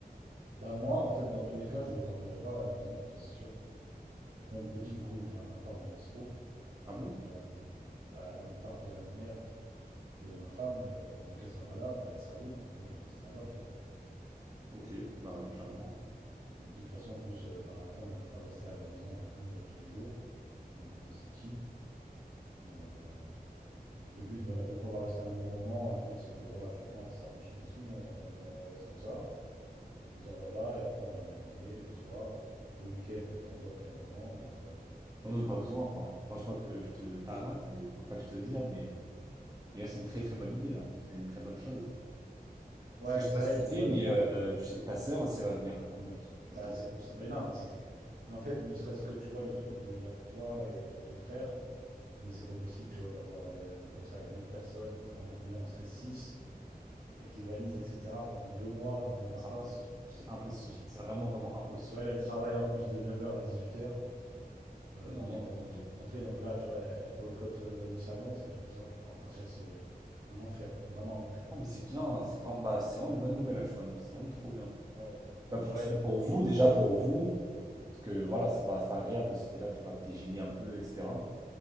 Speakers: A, on the right; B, on the right.
A: Bah moi, en fait, dans tous les cas, je dormirai pas à la maison, ça c'est sûr. Comme je t'ai dit, du coup, j'ai un appart de dispo. L'appart
B: Ah bon?
A: de la, bah, l'appart de la mère de ma femme, euh, vu qu'elle sera pas là, bah, elle sera vide. Moi, je vais rester là-bas, tu vois.
B: Ok, bah ouais, clairement. hein.
A: De toute façon, en plus, euh, bah, ma femme, elle peut pas rester à la maison avec nous euh, tous les jours, vu comment c'est petit. Euh, donc le but, voilà, vu qu'on va rester un long moment, le but c'est que voilà, chacun ait sa routine aussi. Nous, on, a- on reste comme ça. On dort là-bas et après on vient la journée, le soir, le week-end, peut-être on dort de temps en temps, mais euh,
B: On n'a pas besoin, enfin, enfin, je sais pas que je te tarade, mais enfin, pas que je te vire, mais, euh, mais ouais, c'est une très très bonne idée, là. C'est une très bonne chose.
A: Ouais,
B: Parce que je sais
A: ça
B: pas si
A: aide,
B: tu sais,
A: tu vois,
B: mais
A: déjà,
B: euh, tu sais, ta sœur aussi, elle va venir en août. Je sais pas
A: bah,
B: si t'es au
A: c'est
B: courant,
A: pour ça. Mais non, mais c'était. que- Mais en fait, ne serait-ce que, tu vois, le truc de il y a toi et euh, ton frère, bah, c'est pas possible, tu vois, d'avoir euh, comme ça une autre personne. Enfin, on est combien? On serait six, avec les valises, etc., pendant deux mois dans le même appart.
B: c'est impossible.
A: C'est
B: C'est impossible.
A: impossible.
B: C'est vraiment, vraiment impossible.
A: Ouais, là, elle travaille en plus de neuf heures à 18h, euh,
B: Bah
A: vraiment
B: non, il y a
A: dans un truc
B: pas de-
A: concentré. Donc là, tu vois, elle boycotte euh, le salon, c'est-à-dire que le salon, je sais Enfin, ça, c'est un enfer, vraiment un enfer.
B: Ah, mais c'est bien, hein. c'est vraiment, bah, c'est vraiment une bonne nouvelle, là, que je m'annonce. C'est vraiment trop bien.
A: Ouais. Donc,
B: Bah, pour
A: tu vois,
B: que ce
A: il y
B: soit
A: a
B: pour
A: la limite.
B: vous, déjà pour vous, parce que voilà, c'est pas, c'est pas agréable aussi, t'es là, t'es pas, t'es gêné un peu, etc.